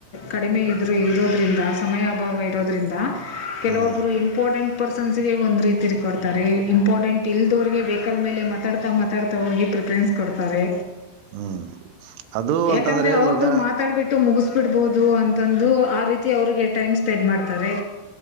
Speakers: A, on the left; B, on the right.
A: ಕಡಿಮೆ ಇದ್ರ ಇರೋದ್ರಿಂದ ಸಮಯ ಅಭಾವ ಇರೋದ್ರಿಂದ ಕೆಲವೊಬ್ರು
B: ಹ್ಮ್
A: ಇಂಪಾರ್ಟೆಂಟ್ ಪರ್ಸನ್ಸ್ಗೆ ಒಂದ ರೀತಿ ಕೊಡ್ತಾರೆ ಇಂಪಾರ್ಟೆಂಟ್ ಇಲ್ದೋರಗೆ ವೆಹಿಕಲ್ ಮೇಲೆ ಮಾತಾಡ್ತಾ ಮಾತಾಡ್ತಾ ಹೋಗಿ ಪ್ರ ಫ್ರೇನ್ಸ್ ಕೊಡ್ತಾರೆ
B: ಹ್ಮ್ ಅದು
A: ಯಾಕಂದ್ರೆ
B: ಅಂತಂದ್ರೆ
A: ಅವ್ರದು
B: ಈಗ
A: ಮಾತಾಡ್ಬಿಟ್ಟು ಮುಗಿಸ ಬಿಡ್ಬೋದು. ದು ಅಂತಂದು ಆ ರೀತಿ ಅವರಿಗೆ ಟೈಮ್ ಸ್ಪೆಂಡ್ ಮಾಡ್ತಾರೆ.